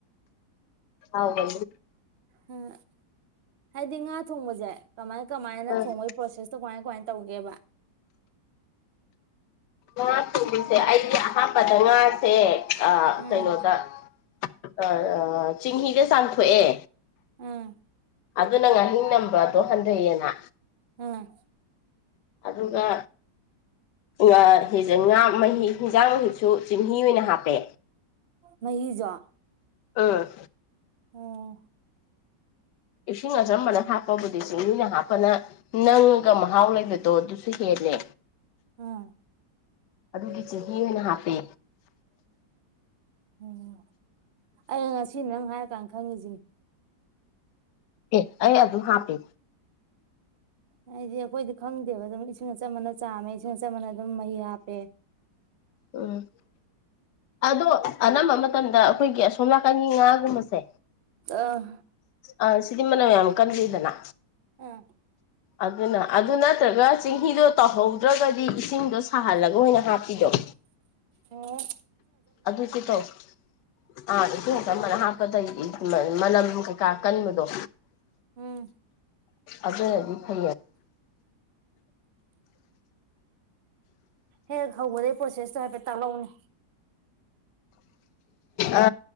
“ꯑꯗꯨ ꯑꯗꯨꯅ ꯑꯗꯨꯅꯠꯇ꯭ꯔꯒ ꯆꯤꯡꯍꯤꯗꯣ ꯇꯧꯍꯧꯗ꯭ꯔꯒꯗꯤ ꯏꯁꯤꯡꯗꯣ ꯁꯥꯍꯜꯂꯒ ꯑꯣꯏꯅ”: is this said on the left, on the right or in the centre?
Left